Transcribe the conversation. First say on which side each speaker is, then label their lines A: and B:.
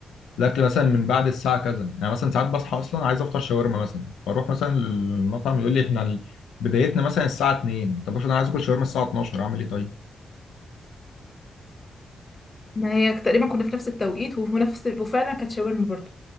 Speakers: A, on the left; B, on the left.
A: الاكل مثلا من بعد الساعه كذا يعني مثلا ساعات بصحى اصلا عايز افطر شاورما مثلا فاروح مثلا للمطعم يقول لي احنا ال- بدايتنا مثلا الساعه 2 طب افرض انا عايز اكل شاورما الساعه 12 اعمل ايه طيب
B: ما هي تقريبا كنا في نفس التوقيت وفي نفس وفعلا كانت شاورما برضه